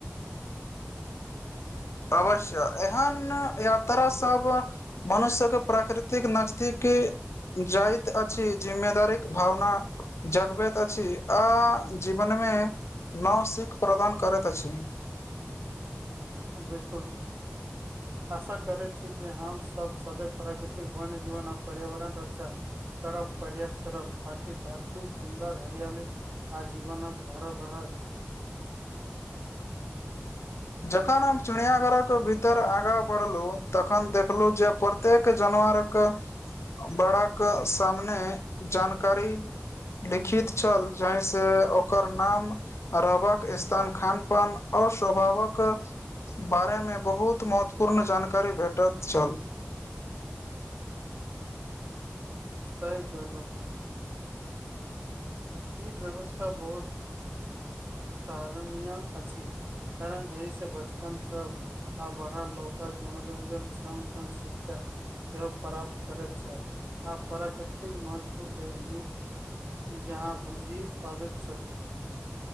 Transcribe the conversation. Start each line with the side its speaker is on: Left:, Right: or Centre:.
Right: <unintelligible>
Left: अवश्य एहन यात्रा सब मनुष्यके प्राकृतिक नजदीकी जाइत अछि जिम्ममेदारीक भावना जगबैत अछि आ जीवनमे नव सीख प्रदान करैत अछि
Right: <unintelligible> बिल्कुल आशा करै छी जे हम सब सदे प्राकृतिक बन जीवन आ पर्यावरण रक्षा करब परयास करब ताकि धरती सुन्दर हरियाली आ जीवनस भरल रहै <unintelligible>
Left: जखन हम चिड़ियघरक भीतर आगाँ बढ़लहुँ तखन देखलहुँ जे प्रत्येक जना रक बड़ाक सामने जानकारी लिखित छल जाहि से ओकर नाम रबक स््तान खान पान आ स्वभावक कए बारेमे बहुत महत्वपूर्ण जानकारी भेटैत छल
Right: <unintelligible> सही कहलहु ई व्यवस्था बहुत साहरनीय अछि कारण एहिसँ बचपन सब आ बड़ा लोक मनोरञजन सङ् सङ् सीख सेव प्राप्त करैत छल आ प्राकृतिक महत्व के न जहाँ बुझि पाबैत छथिन